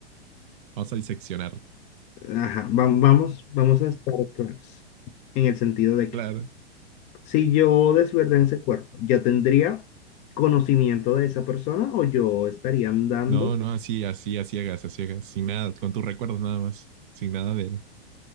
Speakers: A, on the right (about 55°); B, on the left (about 25°).
A: Vamos a diseccionar.
B: ajá, va- vamos, vamos a estar claros. En el sentido de que
A: Claro.
B: si yo desverde ese cuerpo, ¿yo tendría conocimiento de esa persona o yo estaría andando?
A: No, no,
B: <laughs>
A: así, así, a ciegas, a ciegas, sin nada, con tus recuerdos nada más, sin nada de,